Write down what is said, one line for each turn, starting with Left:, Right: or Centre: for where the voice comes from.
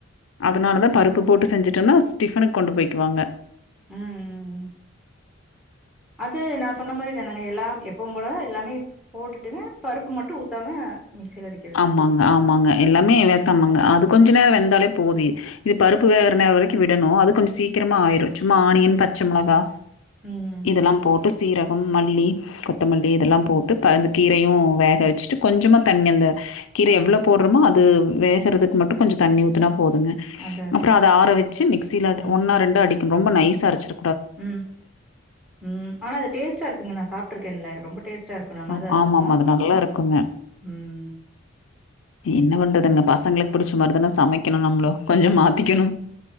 Left: அதனால தா பருப்பு போட்டு செஞ்சுட்டோன்னா ஸ் டிஃபனுக்கு கொண்டு போய்க்வாங்க
Centre: ம் ம் ம் அது நா சொன்ன மாரி தான் ங்க எல்லாம் எப்பவும் போல எல்லாமே போட்டுட்டு பருப்பு மட்டு ஊத்தாம மிக்சில அடிக்
Left: ஆமாங்க ஆமாங்க எல்லாமே வேத்தாமங்க அது கொஞ்சொ நேரோ வெந்தாலே போதி இது பருப்பு வேகற நேரோ வரைக்கு விடணு அது கொஞ்சொ சீக்கிரமா ஆயிரு சும்மா ஆனியன் பச்ச மொளகா
Centre: ம்
Left: இதெல்லாம் போட்டு சீரகம் மல்லி கொத்தமல்லி இதெல்லாம் போட்டு ப அந்த கீரையும் வேக வச்சுட்டு கொஞ்சமா தண்ணி அந்த கீர எவ்ளோ போட்றோமோ அது வேகறதுக்கு மட்டு கொஞ்சொ தண்ணி ஊத்துனா போதுங்க
Centre: அதா அதாங்க
Left: அப்பறோ அத ஆற வச்சு மிக்சில அடி
Centre: ம்
Left: ஒன்னா ரெண்டு அடிக்கன் ரொம்ப நைசா அரைச்சிர
Centre: ம் ம் ஆனா அது டேஸ்ட்டா இருக்குங்க நா சாப்ட்டுருக்கேன்ல ரொம்ப டேஸ்ட்டா இருக்கு நல்லாதா
Left: ஆ
Centre: இருக்கு
Left: ஆமாமா. அது நல்லாருக்குங்க.
Centre: ம்
Left: என்ன பண்றதுங்க பசங்களுக்கு புடிச்ச மாரிதானா சமைக்கணும் நம்ளு கொஞ்சொ மாத்திக்கணு